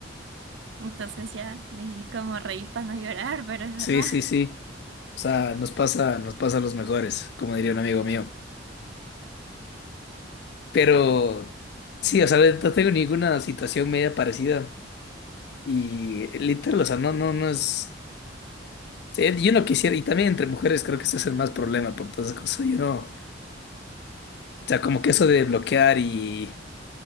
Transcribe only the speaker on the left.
Sí,
sí, sí. O sea, nos pasa, nos pasa a los mejores, como diría un amigo mío. Pero sí, o sea, no tengo ninguna situación media parecida. Y eh, literal, o sea, no, no, no es. sí, yo no quisiera, y también entre mujeres creo que eso es el más problema por todas esas cosas. Yo no. O sea, como que eso de bloquear y.